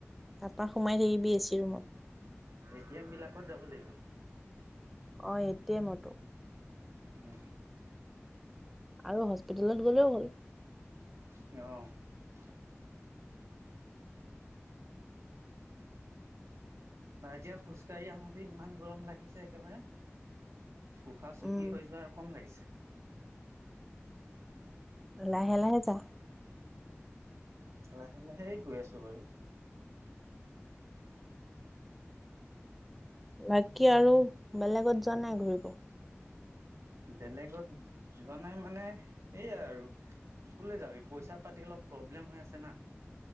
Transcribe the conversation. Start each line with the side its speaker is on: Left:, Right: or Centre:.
Centre: তাৰপা সোমাই থাকিবি এচি ৰুমত
Right: এ টি এম বিলাকত যাব লাগিব।
Centre: অঁ এ টি এমতো
Right: ম
Centre: আৰু হস্পিতেলত গ'লেও হ'ল।
Right: অ বা এতিয়া খোজ কাঢ়ি আহোতে ইমান গৰম লাগিছে একেবাৰে উশাহ চুটি
Centre: উম,
Right: হৈ যোৱাৰ কম লাগিছে
Centre: লাহে লাহে যা
Right: লাহে লাহে গৈ আছো বাৰু।
Centre: বাকী আৰু বেলেগত যোৱা নাই ঘূৰিব।
Right: বেলেগত যোৱা নাই মানে এইয়াই আৰু কলৈ যাবি পইচা পাতি অলপ প্ৰব্লেম হৈ আছে না।